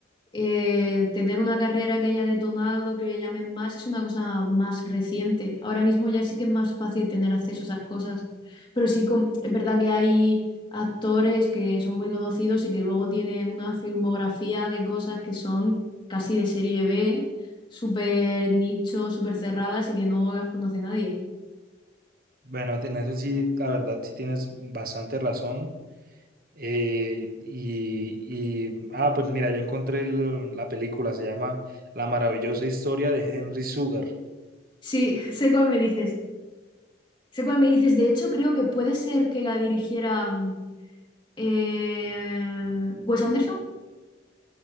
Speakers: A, on the left (about 25°); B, on the right (about 50°).
A: eh, tener una carrera que haya detonado, que le llamen más, es una cosa más reciente. Ahora mismo ya sí que es más fácil tener acceso a esas cosas. Pero sí, con- es verdad que hay actores que son muy conocidos y que luego tienen una filmografía de cosas que son casi de serie B, súper nicho, súper cerradas y que no las conoce nadie.
B: Bueno, en eso sí, la verdad, sí tienes bastante razón. Eh, y, y- ah, pues mira, ya encontré el- la película, se llama La maravillosa historia de Henry Sugar.
A: Sí, <laughs> sé cuál me dices. Sé cuál me dices. De hecho, creo que puede ser que la dirigiera mm, eh, Wes Anderson.